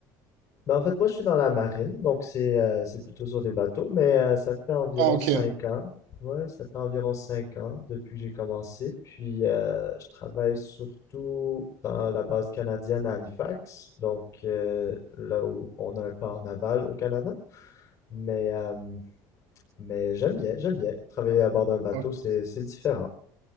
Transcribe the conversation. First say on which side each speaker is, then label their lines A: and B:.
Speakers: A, on the left; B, on the right.
A: Ben, en fait, moi, je suis dans la marine, donc c'est euh, c'est plutôt sur des bateaux, mais euh, ça fait environ
B: Ah, ok.
A: cinq ans. Ouais, ça fait environ cinq ans depuis que j'ai commencé. Puis, euh, je travaille surtout dans la base canadienne à Halifax, donc euh, là où on a un port naval au Canada. Mais, euh, mais j'aime bien, j'aime bien. Travailler à bord d'un bateau,
B: Ok.
A: c'est c'est différent.